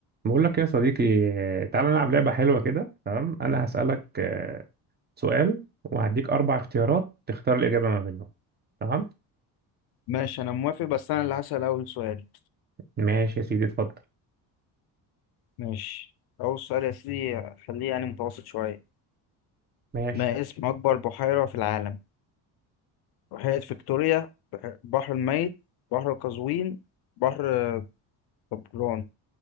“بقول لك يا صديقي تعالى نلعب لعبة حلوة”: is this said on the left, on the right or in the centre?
Right